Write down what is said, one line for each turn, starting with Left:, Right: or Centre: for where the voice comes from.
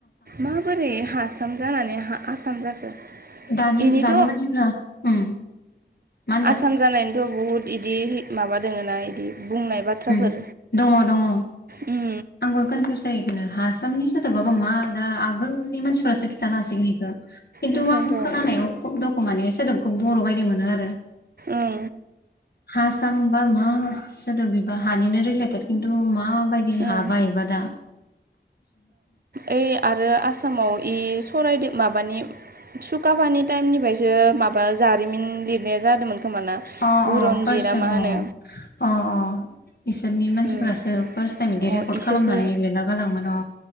Right: माबोरै हासाम जानानै हा आसाम जाखो
Left: दानि-
Right: इनिथ'
Left: दानि मानसिफोरा उम मा होनदों
Right: आसाम जानायनिथ' बहुद इदि माबा दोङ ना इदि बुंनाय बाथ्राफोर
Left: उम दङ दङ
Right: उम
Left: आंबो कनफिउस जायो इखोनो हासामनि सोदोबाबा मा दा आगोलनि मानसिफोरासो खिथानो हासिगोन इखो खिन्थु
Right: ओंखायनोथ'
Left: आं खोनानायाव खबदखो माने सोदोबखौ बर' बायदि मोनो आरो
Right: ओं
Left: हासाम बा मा सोदोबबिबा हानिनो रिलटेड किन्थु मा माबायदि हा
Right: ओं
Left: बा इयोदा
Right: ओइ आरो आसामाव इ सरायदेव माबानि सुकफानि टाइमनिफ्रायसो माबा जारिमिन लिरनाया जादोंमोन खोमाना
Left: अ
Right: बुरनजि
Left: -अ फार्स्ट
Right: ना
Left: टाइम
Right: मा होनो
Left: अ -अ- अ बिसोरनि मानसिफोरासो
Right: उम
Left: फार्स्ट टाइम बिदि
Right: अ
Left: रेकर्ड
Right: इसोरसो
Left: खालामनानै लिरना गालाङोमोन अ